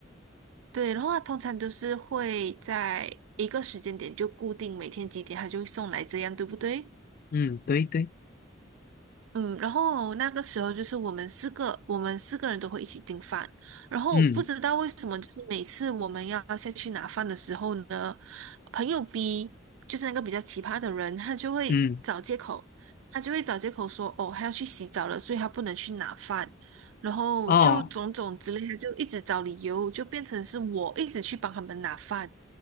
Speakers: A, on the right; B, on the left.
A: 对，然后它通常都是会在一个时间点就固定每天几点，他就会送来这样，对不对？
B: 嗯对对，
A: 嗯，然后那个时候就是我们四个，我们四个人都会一起订饭。然后不知道为什么，
B: 嗯
A: 就是每次我们要下去拿饭的时候呢，朋友 B 就是那个比较奇葩的人，他就会找借口，
B: 嗯
A: 他就会找借口说，哦，他要去洗澡了，所以他不能去拿饭。然后就种种之类他就一直找理由，
B: 哦
A: 就变成是我一直去帮他们拿饭。